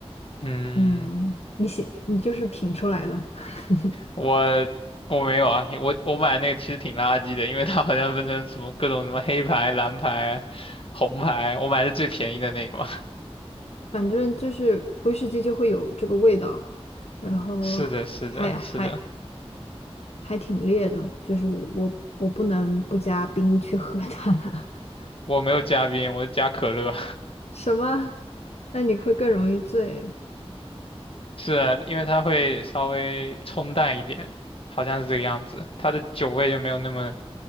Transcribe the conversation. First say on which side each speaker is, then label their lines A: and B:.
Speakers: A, on the left; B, on the left.
A: 嗯，
B: 嗯，你写你就是品出来了，<laughs>
A: 我我没有啊，我我买那个其实挺垃圾的，因为它好像分成什么各种什么黑牌、蓝牌、红牌，我买的最便宜的那个嘛。<laughs>
B: 反正就是威士忌就会有这个味道，然后还还
A: 是的，是的，是的，
B: 还挺烈的，就是我我我不能不加冰去喝它。<laughs>
A: 我没有加冰，我加可乐。
B: 什么？那你会更容易醉。
A: <laughs> 是啊，因为它会稍微冲淡一点，好像是这个样子，它的酒味就没有那么